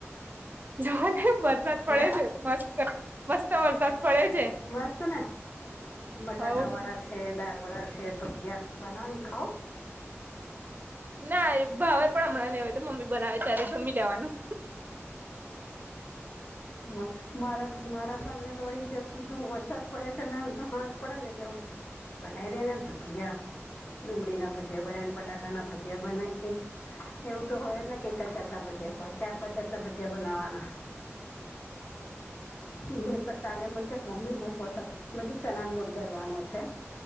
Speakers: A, on the right (about 40°); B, on the left (about 40°).
A: જો ને વરસાદ પડે
B: હે
A: છે મસ્ત મસ્ત વરસાદ પડે છે
B: વાસ્ત ને બટાકા
A: હવ
B: વાળા છે દાળ વાળા છે ભજીયા બનાવી ખાઓ
A: ના એ ભાવે પણ હમણાં ને હોય તો મમ્મી બનાવે ત્યારે જમી લેવાનું
B: હ મારા મારા સામેને તો વળી ઈજા કીધું વરસાદ પડે છે ને હાથ પડે ને એટલે એવું જ કે બના દેને ભજીયા ડુંગળી ના ભજયા બને બટાકા ના ભજયા બને એ એવું તો હોય ને કે એક જ જાતના ભજયા હોય ચાર પાંચ જાતના ભજયા બનાવાના હ તો કાલે મને ક્યાં મમ્મી બ વરસાદ મે ચનાન રોડ દરવાનો છે.